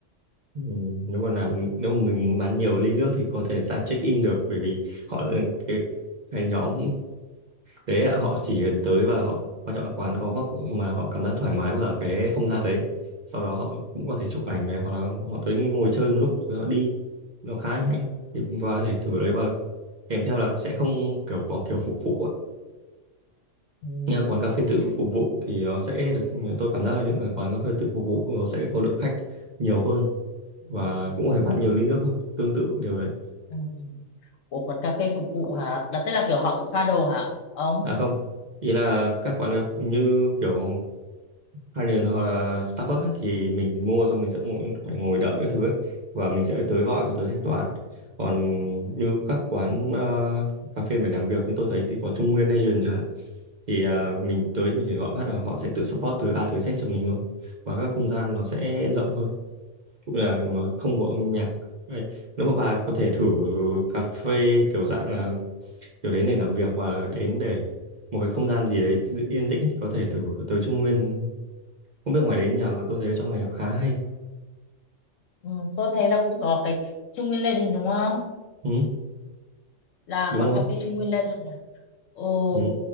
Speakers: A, on the right; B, on the left.
A: ừ, nếu mà làm nếu mà mình muốn bán nhiều ly nước thì có thể sang check in được bởi vì họ ừ, cái cái nhóm đấy ạ, họ chỉ cần tới và họ quan trọng là quán có góc mà họ cảm giác thoải mái với cả cái không gian đấy sau đó họ cũng có thể chụp ảnh này hoặc là họ tới ngồi chơi một lúc rồi họ đi nó khá nhanh thì và có thể thử đấy và kèm theo là sẽ không kiểu có kiểu phục vụ
B: ừ,
A: Nhà quán cà phê
B: ok
A: tự phục vụ thì nó sẽ được tôi cảm giác là những cái quán cà phê tự phục vụ nó sẽ có lượng khách nhiều hơn
B: ừ.
A: và cũng phải bán nhiều ly nước hơn tương tự điều đấy
B: Ừ. Ủa quán cà phê phục vụ hả là tức là kiểu họ tự pha đồ hả ông
A: à không ý là các quán cà như kiểu Harnier hoặc là Starbucks ấy, thì mình mua xong mình sẽ phải ngồi đợi cái thứ ấy, và mình sẽ phải tới gọi và tới thanh toán còn như các quán ờ, cà phê mình làm việc như tôi thấy thì có Trung Nguyên Legend chẳng hạn thì à, mình tới mình chỉ gọi phát là họ sẽ tự support từ A tới Z cho mình luôn và các không gian nó sẽ rộng hơn cũng là nó không có âm nhạc Đấy. nếu mà bà có thể thử cà phê kiểu dạng là kiểu đến để làm việc hoặc là đến để một cái không gian gì đấy yên tĩnh thì có thể thử tới Trung Nguyên không biết ngoài đấy nhà mà tôi thấy ở trong này khá hay
B: ừ, tôi thấy là cũng có cái Trung Nguyên Legend đúng không
A: ừ,
B: là
A: đúng
B: quán
A: rồi
B: cà phê Trung Nguyên Legend rồi. Ồ,
A: ừ.